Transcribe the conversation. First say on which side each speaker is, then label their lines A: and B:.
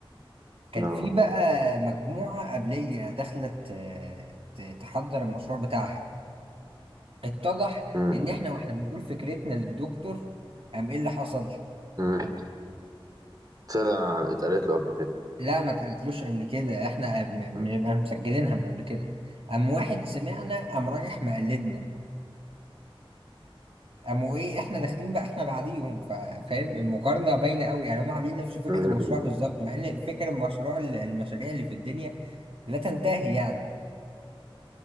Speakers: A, on the right (about 75°); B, on the right (about 40°).
A: كان
B: اه
A: في بقى مجموعة قبلية دخلت آه، ت- تحضر المشروع بتاعها اتضح
B: مم.
A: إن إحنا وإحنا بنقول فكرتنا للدكتور قام إيه اللي حصل؟
B: مم. طلع اتقالت له قبل كده
A: لا ما اتقالتلوش قبل كده احنا م- بنبقى
B: مم.
A: مسجلينها من قبل كده قام واحد سمعنا قام
B: مم.
A: رايح مقلدنا قاموا ايه احنا داخلين بقى احنا بعديهم فا- فاهم المقارنه باينه قوي يعني هم عاملين نفس فكره
B: مم.
A: المشروع بالظبط مع ان فكره المشروع ال- المشاريع اللي في الدنيا لا تنتهي يعني